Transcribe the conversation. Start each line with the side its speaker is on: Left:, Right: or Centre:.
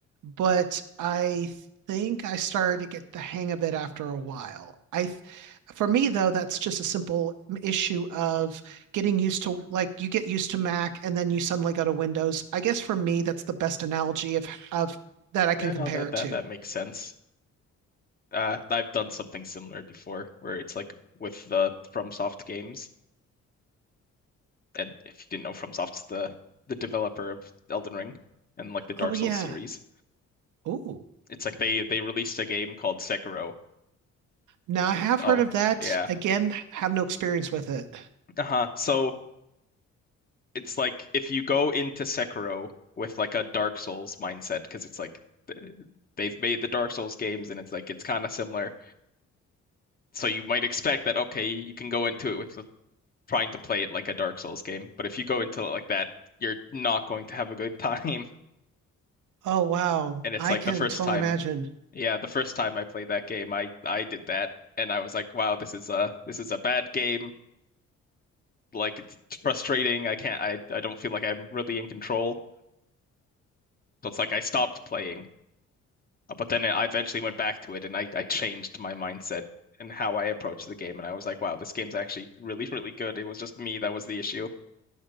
Right: but I think I started to get the hang of it after a while. I, th- for me though, that's just a simple issue of getting used to like you get used to Mac and then you suddenly go to Windows. I guess for me, that's the best analogy of of that I can
Left: Yeah,
Right: compare
Left: no, that
Right: it
Left: that
Right: to.
Left: that makes sense. Uh, I've done something similar before, where it's like with the FromSoft games, and if you didn't know, FromSoft's the the developer of Elden Ring and like the Dark
Right: Oh yeah.
Left: Souls series.
Right: Oh,
Left: It's like they they released a game called Sekiro.
Right: now I have
Left: Oh,
Right: heard of that.
Left: yeah.
Right: Again, have no experience with it.
Left: Uh-huh. So it's like if you go into Sekiro with like a Dark Souls mindset, because it's like th- they've made the Dark Souls games and it's like it's kind of similar. So you might expect that okay, you can go into it with the- trying to play it like a Dark Souls game, but if you go into it like that, you're not going to have a good time. <laughs>
Right: Oh wow,
Left: And it's
Right: I
Left: like
Right: can
Left: the first
Right: totally
Left: time,
Right: imagine.
Left: yeah, the first time I played that game, I I did that and I was like, wow, this is a this is a bad game. like it's frustrating. I can't I I don't feel like I'm really in control. So it's like I stopped playing. Uh, But then I eventually went back to it and I I changed my mindset and how I approached the game and I was like, wow, this game's actually really <laughs> really good. It was just me that was the issue.